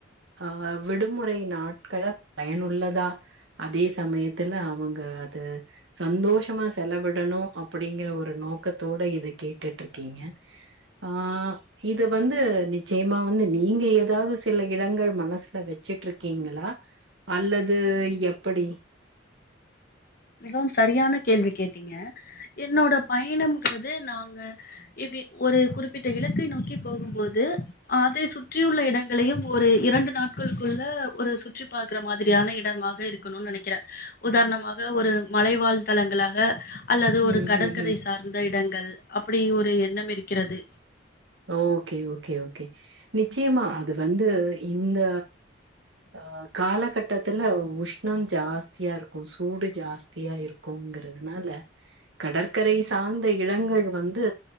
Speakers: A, on the right; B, on the left.
A: ஆ விடுமுறை நாட்கள பயனுள்ளதா அதே சமயத்துல அவங்க அது சந்தோஷமா செலவிடணு அப்படிங்கிற ஒரு நோக்கத்தோட இதுக் கேட்டுட்ருக்கீங்க ஆ இது வந்து நிச்சயமா வந்து நீங்க ஏதாவது சில இடங்கள் மனசுல வெச்சி சிட்ருக்கீங்களா அல்லது எப்படி
B: மிகவும் சரியான கேள்வி கேட்டீங்க என்னோட பயணம்ங்குறது நாங்க இப் டி ஒரு குறிப்பிட்ட இலக்கை நோக்கி போகும்போது அதை சுற்றியுள்ள இடங்களையும் ஒரு இரண்டு நாட்களுக்குள்ள ஒரு சுற்றி பார்க்கற மாதிரியான இடமாக இருக்கணும்னு நெனைக்கிற உதாரணமாக ஒரு மலைவாழ் தளங்களாக அல்லது ஒரு
A: ம்,
B: கடற்கரை
A: ம், ம்.
B: சார்ந்த இடங்கள் அப்படி ஒரு எண்ணம் இருக்கிறது
A: ஓகே ஓகே ஓகே நிச்சியமா அது வந்து இந்த அ காலகட்டத்துல உஷ்ணோ ஜாஸ்தியாருக்கு சூடு ஜாஸ்தியா இருக்கும் ங்கிறதுனால கடற்கரை சார்ந்த இடங்கள் வந்து